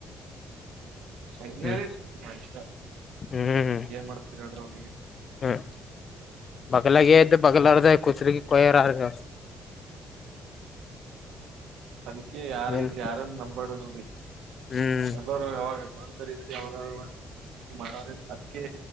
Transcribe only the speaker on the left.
ಹ್ಮ್
ಹ್ಮ್
ಹ್ಮ್ ಬಗಲಾಗೆ ಇದ್ದ ಬಗಲಾರದ ಕುತ್ಲ ಕೊಯಾರರ್ಗ.
ಏನ್
ಹ್ಮ್.